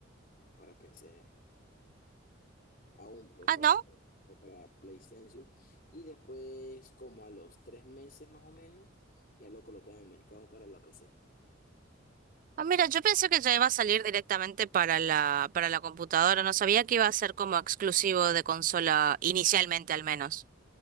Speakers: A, on the left; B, on the right.
A: para PC. Aún pues
B: Ah,
A: va
B: ¿no?
A: a estar para PlayStation. Y después, como a los tres meses más o menos, ya lo colocan en el mercado para la PC.
B: Ah, mira, yo pensé que ya iba a salir directamente para la, para la computadora, no sabía que iba a ser como exclusivo de consola inicialmente al menos.